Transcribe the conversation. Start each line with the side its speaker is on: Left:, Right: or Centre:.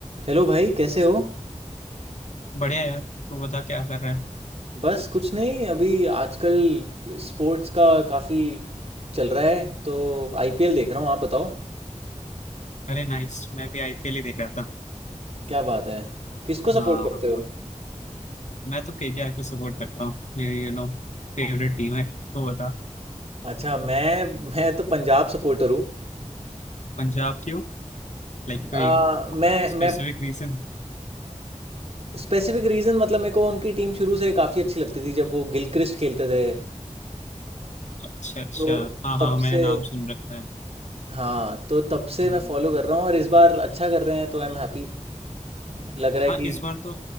Right: Hello भाई कैसे हो
Left: बढ़िया यार तू बता क्या कर रहा है
Right: बस कुछ नहीं अभी आजकल स्पोर्ट्स का काफ़ी चल रहा है तो आईपीएल देख रहा हूँ आप बताओ
Left: अरे नाइस मैं भी आईपीएल ही देख रहा था
Right: क्या बात है किसको
Left: हाँ
Right: सपोर्ट करते हो
Left: मैं तो केकेआर को सपोर्ट करता हूँ मेरी यू नो फेवरेट टीम है तो बता
Right: अच्छा मैं मैं तो पंजाब सपोर्टर हूँ
Left: पंजाब क्यों लाइक कोई
Right: आ, मैं
Left: स्पेसिफिक
Right: मैं
Left: रीजन
Right: स्पेसिफिक रीज़न मतलब मेरे को उनकी टीम शुरू से काफ़ी अच्छी लगती थी जब वो गिलक्रिस्ट खेलते थे
Left: अच्छा अच्छा
Right: तो
Left: हाँ हाँ
Right: तब से
Left: मैंने नाम सुन रखा है
Right: हाँ तो तब से
Left: हम्म,
Right: मैं फॉलो कर रहा हूँ और इस बार अच्छा कर रहे हैं तो आई एम हैप्पी लग रहा है
Left: हाँ
Right: कि
Left: इस बार तो